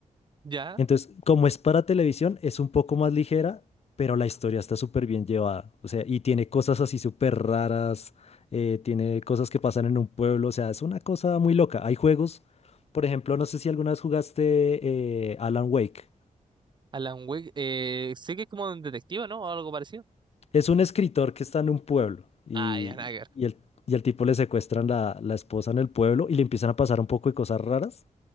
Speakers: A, on the right (about 35°); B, on the left (about 50°).
A: ¿Ya?
B: Entonces, como es para televisión, es un poco más ligera, pero la historia está súper bien llevada. O sea, y tiene cosas así súper raras, eh, tiene cosas que pasan en un pueblo, o sea, es una cosa muy loca. Hay juegos, por ejemplo, no sé si alguna vez jugaste eh, Alan Wake.
A: Alan Wake, eh, sé que es como un detective, ¿no? O algo parecido.
B: Es un escritor que está en un pueblo y,
A: Ah, ya, nada que ver.
B: y el, y al tipo le secuestran la, la esposa en el pueblo y le empiezan a pasar un poco de cosas raras.